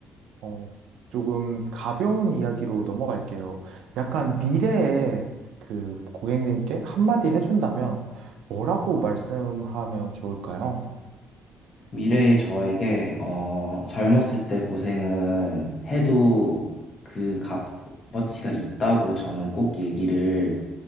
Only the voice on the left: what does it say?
미래의 저에게, 어, 젊었을 때 고생은 해도 그 값어치가 있다고 저는 꼭 얘기를